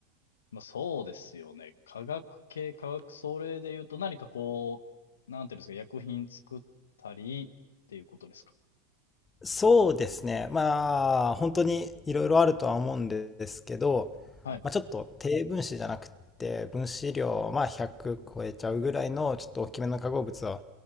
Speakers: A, on the left; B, on the left.
A: まあ、そうですよね。科学系、科学、それで言うと何かこう、なんていうんですか、薬品作ったりっていうことですか
B: そうですね。まあ、本当にいろいろあるとは思うんですけど、
A: はい。
B: まあ、ちょっと低分子じゃなくて、分子量、まあ、100超えちゃうぐらいの、ちょっと大きめの化合物は、